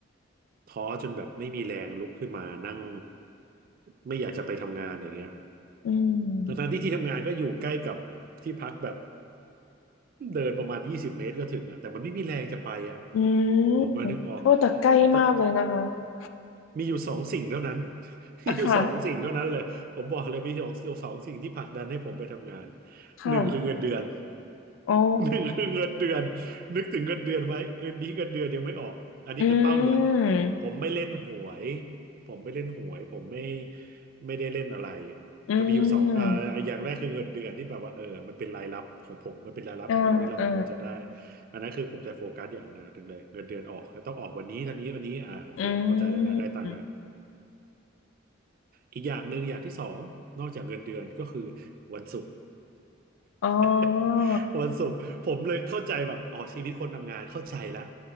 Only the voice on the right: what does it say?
ท้อจนแบบไม่มีแรงลุกขึ้นมานั่งไม่อยากจะไปทำงานอย่างเงี้ย
ทั้งๆที่ที่ทำงานก็อยู่ใกล้กับที่พักแบบเดินประมาณยี่สิบเมตรก็ถึงอะแต่มันไม่มีแรงจะไปอะ
ผมมานึกออก
แต่มีอยู่สองสิ่งเท่านั้น <laughs> มีอยู่สองสิ่งเท่านั้นเลยผมบอกเลยมีสองสองสิ่งที่ผลักดันให้ผมไปทำงาน
หนึ่งคือเงินเดือน
หนึ่งคือเงินเดือนนึกถึงเงินเดือนไว้คืนนี้เงินเดือนยังไม่ออกอันนี้คือเป้าใหญ่
ผมไม่เล่นหวยผมไม่เล่นหวยผมไม่ไม่ได้เล่นอะไร
แต่มีอยู่สองอ่าอย่างแรกคือเงินเดือนที่แบบว่าเออมันเป็นรายรับของผมมันเป็นรายรับของเราที่เราสมควรจะได้
อันนั้นคือผมจะโฟกัสอย่างหนะถึงเลยเงินเดือนออกแล้วต้องออกวันนี้เท่านี้วันนี้อ่าโอเคเข้าใจได้แล้วได้ตังค์แล้ว
อีกอย่างหนึ่งอย่างที่สองนอกจากเงินเดือนก็คือวันศุกร์
<laughs> วันศุกร์ผมเลยเข้าใจแบบอ๋อชีวิตคนทำงานเข้าใจแล้ว